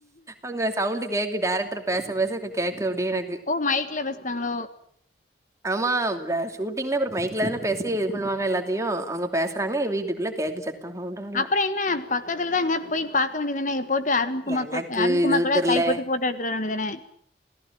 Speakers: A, on the right; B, on the left.
A: அங்க சவுண்டு கேக்கு டைரக்ட் ட்ரு பேச பேச இங்க கேக்கு அப்டியே எனக்கு
B: ஓ மைக்ல பேசுதாங்களோ
A: ஆமா ப்ற ஷூட்டிங்னா அப்புறோ மைக்ல தன பேசி இது பண்ணுவாங்க எல்லாத்தையு அவங்க பேசுறாங்க வீட்டுக்குள்ள கேக்கு ச <unintelligible>
B: அப்பற என்ன பக்கத்துலதா அங்க போயிட்டு பாக்க வேண்டியது தான போட்டு அருண்குமார்
A: எனக்கு
B: கோட் அருண்குமார்
A: இது
B: குட
A: தெர்ல
B: கை போட்டு போட்டோ எடுத்துட்டு வர வேண்டியதுதானே